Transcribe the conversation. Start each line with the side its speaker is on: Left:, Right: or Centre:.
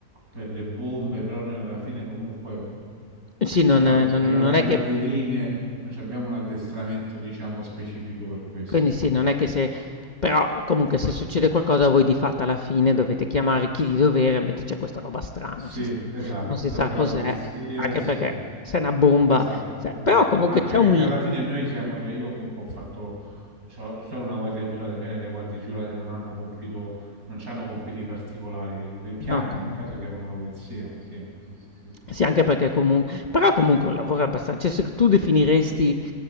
Right: per le bombe, però noi alla fine comunque
Left: Sì, non
Right: ce l'hanno
Left: è, non
Right: spiegata
Left: non
Right: a grandi
Left: è che
Right: linee, non ci abbiamo un addestramento, diciamo, specifico per questo.
Left: quindi sì, non è che se però
Right: Mm.
Left: comunque se succede qualcosa voi di fatto alla fine dovete chiamare chi di dovere, mentre c'è questa roba strana, non
Right: Sì,
Left: si sa
Right: esatto,
Left: non si
Right: sempre
Left: sa cos'è,
Right: la polizia,
Left: anche
Right: sì,
Left: perché
Right: esatto.
Left: se è una bomba
Right: Esatto,
Left: se
Right: esatto.
Left: però comunque
Right: Anche
Left: c'è
Right: perché
Left: un li
Right: alla fine noi siamo, cioè io comunque ho fatto so- solo una guardia giurata, in genere le guardie giurate non hanno compito, non hanno compiti particolari, le chiamano,
Left: ah, okay.
Right: in caso chiamano la polizia. Sì, sì, sì, sì, sì, sì,
Left: Sì, anche
Right: sì.
Left: perché comun però comunque è un lavoro abbastan cioè se tu definiresti